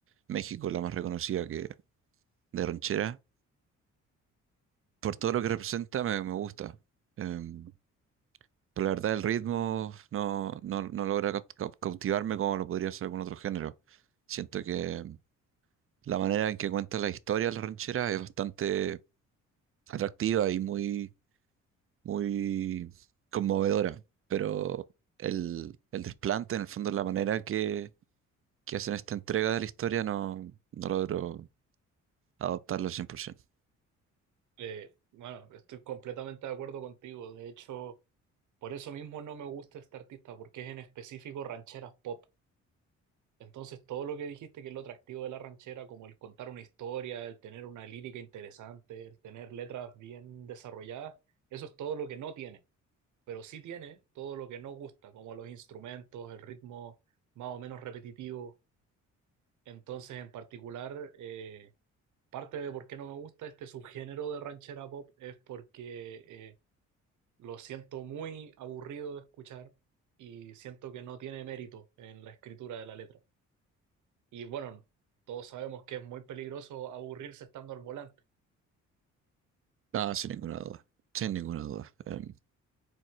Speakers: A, on the right; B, on the right.
A: México, la más reconocida que de ranchera. Por todo lo que representa, me, me gusta. Em, pero la verdad, el ritmo no, no, no logra caut- cau- cautivarme como lo podría hacer algún otro género. Siento que em, la manera en que cuenta la historia de la ranchera es bastante atractiva y muy, muy conmovedora, pero el, el desplante, en el fondo, la manera que que hacen esta entrega de la historia no, no logro adoptarlo al 100%.
B: Eh, bueno, estoy completamente de acuerdo contigo. De hecho, por eso mismo no me gusta este artista, porque es en específico rancheras pop. Entonces, todo lo que dijiste que es lo atractivo de la ranchera, como el contar una historia, el tener una lírica interesante, el tener letras bien desarrolladas, eso es todo lo que no tiene, pero sí tiene todo lo que no gusta, como los instrumentos, el ritmo más o menos repetitivo. Entonces, en particular, eh, parte de por qué no me gusta este subgénero de ranchera pop es porque eh, lo siento muy aburrido de escuchar y siento que no tiene mérito en la escritura de la letra. Y bueno, todos sabemos que es muy peligroso aburrirse estando al volante.
A: Ah, sin ninguna duda, sin ninguna duda. Em,